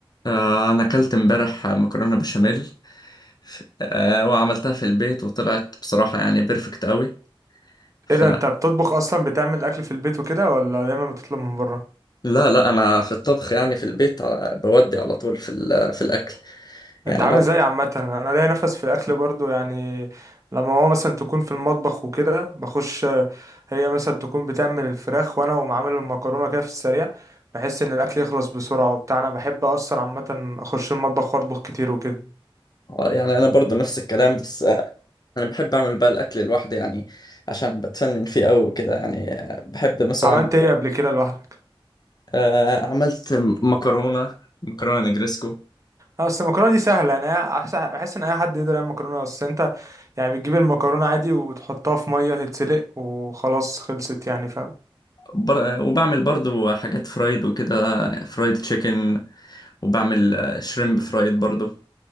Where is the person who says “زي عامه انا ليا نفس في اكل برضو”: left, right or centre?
Right